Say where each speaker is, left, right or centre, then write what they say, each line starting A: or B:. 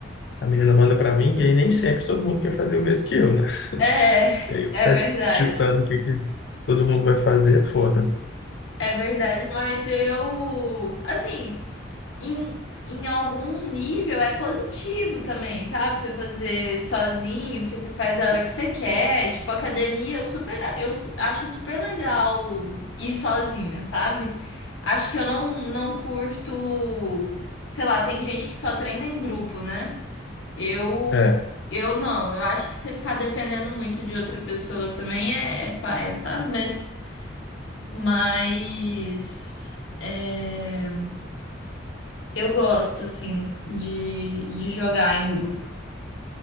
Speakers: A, on the left (about 60°); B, on the left (about 75°).
A: a menina manda para mim, e aí nem sempre todo mundo quer fazer o mesmo que eu, né?
B: é, <laughs>
A: E aí eu
B: é
A: ficar
B: verdade.
A: digitando o que, que todo mundo vai fazer é foda.
B: É verdade, mas eu, assim. em, em algum nível é positivo também, sabe? Você fazer sozinho, porque você faz a hora que você quer. Tipo, academia, eu super, eu su- acho super legal ir sozinha, sabe? Acho que eu não, não curto, sei lá, tem gente que só treina em grupo, né? Eu,
A: É,
B: eu não, eu acho que você ficar dependendo muito de outra pessoa também é, é paia, sabe? Mas, mas, é. Eu gosto, assim, de, de jogar em grupo.